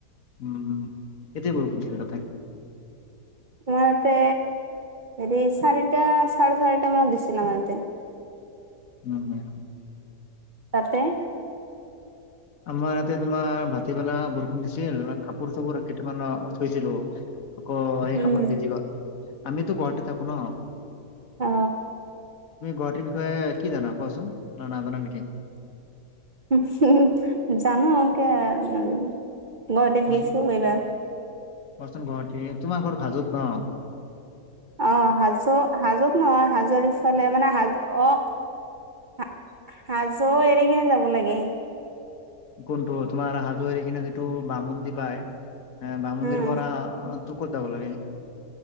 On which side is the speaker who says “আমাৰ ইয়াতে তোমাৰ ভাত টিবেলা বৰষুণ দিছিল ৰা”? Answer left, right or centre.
Left